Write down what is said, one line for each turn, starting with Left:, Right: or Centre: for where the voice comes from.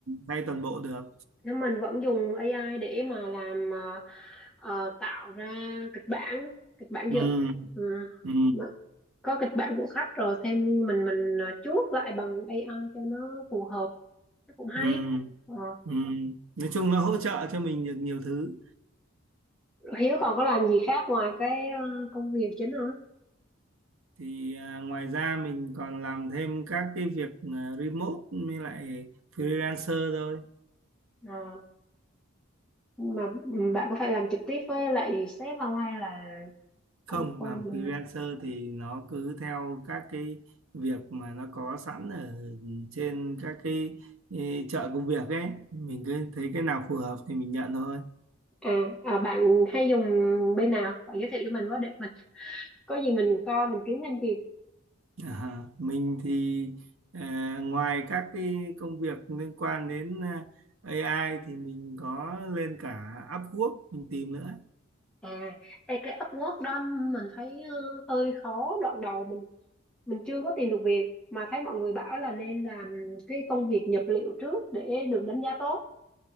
Right: thay toàn bộ được.
Centre: Nếu mình vẫn dùng AI để mà làm ờ, ờ, tạo ra kịch bản kịch bản
Right: Ừ.
Centre: dự ừ.
Right: ừ,
Centre: Mà có kịch bản của khách rồi thêm mình mình ờ, chuốt lại bằng AI cho nó phù hợp nó cũng hay
Right: ừ,
Centre: Ờ,
Right: ừ. nói chung nó hỗ trợ cho mình được nhiều thứ
Centre: Hiếu còn có làm gì khác ngoài cái ờ, công việc chính không
Right: thì à, ngoài ra mình còn làm thêm các cái việc à, remote với lại freelancer thôi
Centre: Ờ, mà ừ, bạn có phải làm trực tiếp với lại sếp không hay là
Right: không
Centre: cũng qua
Right: làm
Centre: mình
Right: freelancer thì nó cứ theo các cái việc mà nó có sẵn ở trên các cái, cái chợ công việc ấy mình cứ thấy cái nào phù hợp thì mình nhận thôi
Centre: À, à bạn hay dùng bên nào? Bạn giới thiệu cho mình với để mình có gì mình coi mình kiếm thêm việc.
Right: À, mình thì ờ, ngoài các cái công việc liên quan đến ờ, AI thì mình có lên cả Upwork mình tìm nữa
Centre: À, ê, cái Upwork đó mình thấy ờ, hơi khó đoạn đầu mình mình chưa có tìm được việc mà thấy mọi người bảo là nên làm cái công việc nhập liệu trước để được đánh giá tốt.